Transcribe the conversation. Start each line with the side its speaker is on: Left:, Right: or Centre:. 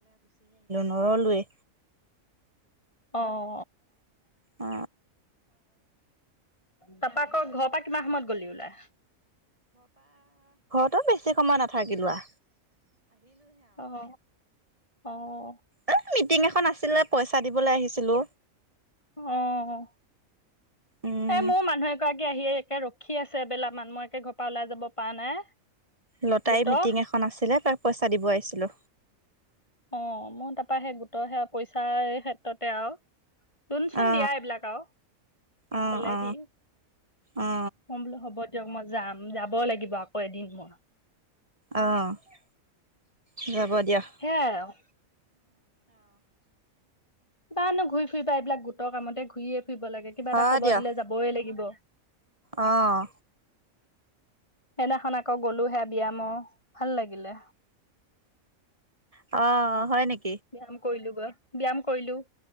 Right: নৰলোৱেই
Left: অহ
Right: অ
Left: তাৰপা আকৌ ঘৰৰ পৰা কিমান সময়ত গলি ওলাই?
Right: একদম বেছি সময় নাথাকিলোঁ।
Left: আহ আহ
Right: এ মিটিং এখন আছিলে পইচা দিবলৈ আহিছিলো।
Left: অ
Right: উম
Left: এ মোৰ মানুহ এগৰাকী আহি একে ৰখি কি আছে এবেলগ মানুহৰ একে মই ঘৰ পৰা ওলাই যাব পৰা নাই
Right: লতাই
Left: গোটৰ
Right: মিটিং এখন আছিলে তাক পইচা দিব আহিছিলো।
Left: অ মোৰ তাৰপৰা সেই গোটৰ সেয়া পইচাৰ ক্ষেত্ৰত। ক্ষেত্ৰতে আৰু লুনচোন
Right: অ
Left: দিয়া এইবিলাক আৰু। ক'লেহি
Right: অ অ
Left: সোম
Right: অ
Left: হ'ব দিয়ক, মই যাম, যাব লাগিব আকৌ এদিন মোৰ।
Right: অ'! ৰ'ব দিয়া!
Left: সেয়াই আৰু বা নো ঘূৰি ফুৰিবা এইবিলাক গোটৰ কামতে ঘূৰিয়ে ফুৰিব লাগে। কিবা
Right: হয়
Left: এটা খবৰ
Right: দিয়ক
Left: দিলে যাবই লাগিব।
Right: অ'!
Left: সেইদিনাখন আকৌ গ'লো সেয়া ব্যায়ম ভাল লাগিলে।
Right: অ'! হয় নেকি?
Left: ব্যায়াম কৰিলোঁ। ব্যায়াম কৰিলোঁ।